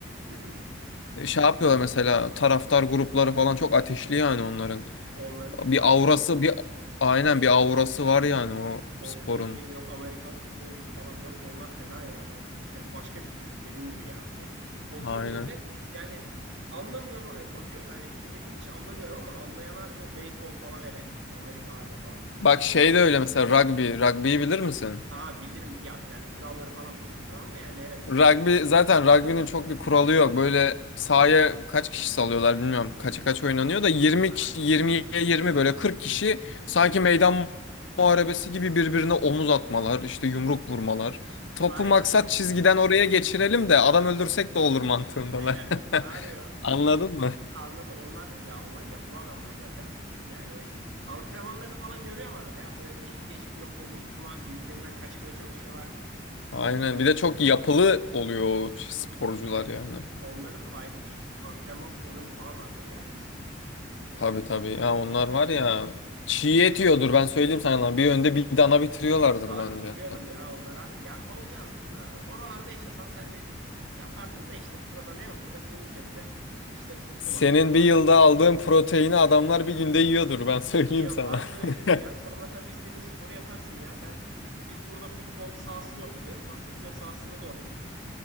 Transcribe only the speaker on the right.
<laughs>
Onların farklı
bir kültürü
ya.
O
buz hokeyi de yok, Amerikan futboludur falan yok. Onlar fena ya. Ben hani başka bir kültür dediğin gibi ya. Hani oturup
millet yani anlamıyor mu? Ay, Bakıyorum ben yani bilmediğim için anlamıyorum ama anlayanlar o beyzbol falan hele. O Amerikalarda falan.
Yani
millet.
Aha bilirim ya yani kuralları falan pek bilmem ama yani evet
yani.
<laughs>
Aha,
aynen.
<laughs> Harbi
Anladım. Onlar ya onlar yapılı adamlar zaten. Yani antrenmanlarını falan görüyorum arada ya. Böyle değişik değişik yok omuz vurma, birbirlerinden kaçmaya çalışıyorlar.
Yok böyle
değişik.
Onların ayrı bir antrenman programı falan vardır ya kesin. Yani
onlar
böyle
Vallahi
bitiriyordur ya onlar harbi. Ya olacağı aslında oralarda yaşasan sen de yapardın da işte burada da ne var? Burada bizim ülkemize işte futbol
oynadım basket
Ya
var böyledir
ya. Sonra tabii istediğin sporu yaparsın ya. Sen biz burada futbol sahası zor buluyoruz. Basketbol sahasını zor bulduk.